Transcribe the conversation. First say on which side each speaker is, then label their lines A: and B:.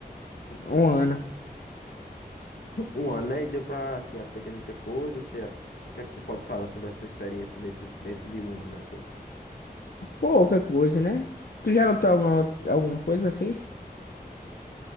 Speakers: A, on the left; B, on the left.
A: Um ano.
B: Um ano, né? E deu pra assim, aprender muita coisa. Você, o que é que você pode falar sobre a sua experiência dentro, dentro de um ano, assim?
A: Pouca coisa, né? Tu já lutou alguma, alguma coisa assim?